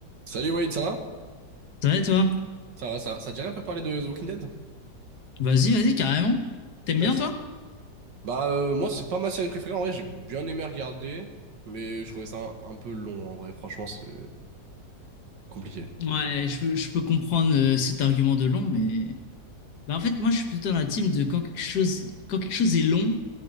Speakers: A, on the right; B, on the left.
A: Salut Wade, ça va?
B: Ça va, toi?
A: Ça va, ça va. Ça te dirait un peu parler de The Walking Dead?
B: Vas-y, vas-y, carrément. T'aimes
A: Vas-y.
B: bien, toi?
A: Bah euh, moi c'est pas ma série préférée en vrai, j'ai bien aimé regarder, mais je trouvais ça un, un peu long en vrai, franchement c'est compliqué.
B: Ouais, je peux, je peux comprendre euh, cet argument de long, mais... Bah, en fait, moi, je suis plutôt dans la team de quand quelque chose, quand quelque chose est long